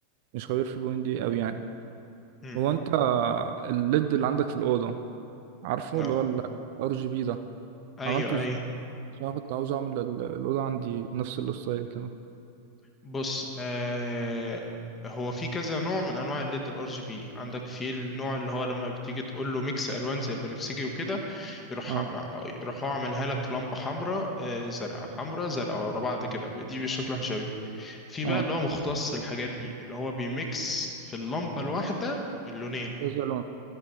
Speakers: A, on the right (about 50°); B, on the left (about 20°).
A: مش خبير في البوينت دي أوي يعني
B: امم
A: هو أنت الليد اللي عندك في الأوضة عارفه
B: اه
A: اللي هو ال RGB ده
B: ايوه
A: عملته ازاي؟
B: ايوه
A: عشان أنا كنت عاوز أعمل ال- الأوضة عندي نفس الستايل كده
B: بص آه هو في كذا نوع من انواع الليد الار جي بي عندك في النوع اللي هو لما بتيجي تقول له ميكس الوان زي البنفسجي وكده يروح
A: اه
B: عم- يروح هو عاملها لك لمبه حمراء آه زرقاء حمراء زرقاء ورا بعض كده دي بشكل وحش قوي في بقى
A: اه
B: اللي هو مختص الحاجات دي اللي هو بيميكس في اللمبه الواحده اللونين
A: كذا لون